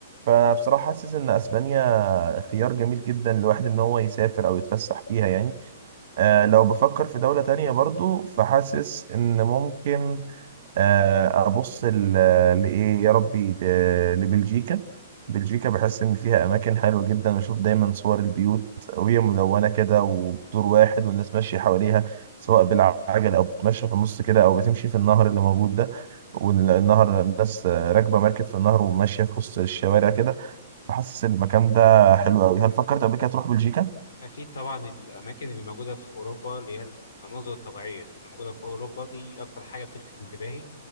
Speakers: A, on the right; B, on the left.
A: فبصراحة حاسس ان اسبانيا خيار جميل جدا لواحد ان هو يسافر او يتفسح فيها يعني آه لو بفكر في دولة تانية برضو فحاسس إن ممكن آه أبص ل- لإيه يا ربي ل- لبلجيكا بلجيكا بحس إن فيها أماكن حلوة جدا بشوف دايما صور البيوت وهي ملونة كده ودور واحد والناس ماشية حواليها سواء بالعجل أو بتتمشى في النص كده أو بتمشي في النهر اللي موجود ده والنهر الناس آه، راكبة مركب في النهر وماشية في وسط الشوارع كده فحاسس المكان ده حلو أوي هل فكرت قبل كده تروح بلجيكا؟
B: أكيد طبعا الأماكن اللي موجودة في أوروبا اللي هي المناظر الطبيعية اللي موجودة في أوروبا دي أكتر حاجة بتلفت انتباهي